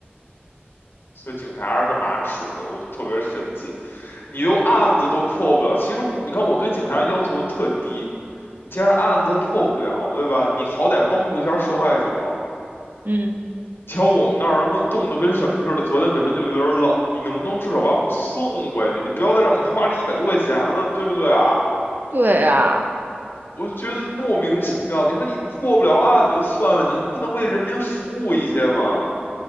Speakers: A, on the left; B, on the right.
A: 所以警察是干嘛使的？我就特别神奇，你都案子都破不了。其实我，你看我对警察要求特低，你既然案子破不了，对吧？你好歹帮助一下受害者。
B: 嗯，
A: 你瞧我们那儿他妈冻得跟什么似的，昨天本身就有点冷，你能不能至少把我们送回去？你不要再让我们花这一百多块钱了，对不对啊？
B: 对啊，
A: 我就觉得莫名其妙。你说你破不了案就算了，你不能为人民服务一些吗？